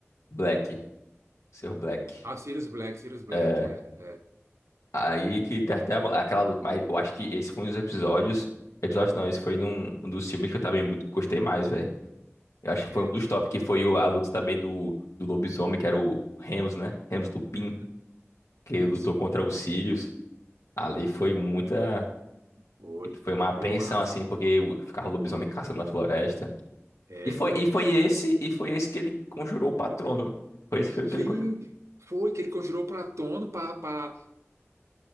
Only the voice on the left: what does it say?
Black. Seu Black.
É.
Aí que tem até a- aquela luta. Mas eu acho que esse foi um dos episódios. Episódio não, esse foi num- um dos filmes que eu também muito gostei mais, velho. Eu acho
que foi um dos
top, que foi o- a luta também do, do lobisomem, que era o Remus, né? Remus Lupin.
que lutou
contra os Sirius. Ali foi muita.
Foi
uma apreensão,
assim, porque o- ficava o lobisomem caçando na floresta.
E foi, e foi
esse, e foi esse que ele conjurou o patrono. Foi esse que foi o
que ele conjurou.